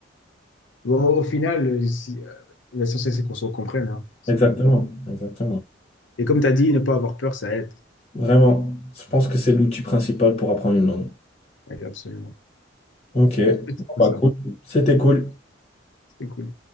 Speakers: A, on the left; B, on the left.
A: Bon, au au final, euh, si, euh, l'essentiel, c'est qu'on se comprenne. hein. C'est
B: Exactement,
A: bon.
B: exactement.
A: Et comme tu as dit, ne pas avoir peur, ça aide.
B: Vraiment, je pense que c'est l'outil principal pour apprendre une langue.
A: Ouais, Absolument.
B: Ok,
A: <laughs>
B: bah
A: C'est ça.
B: cool, c'était cool.
A: C'était cool.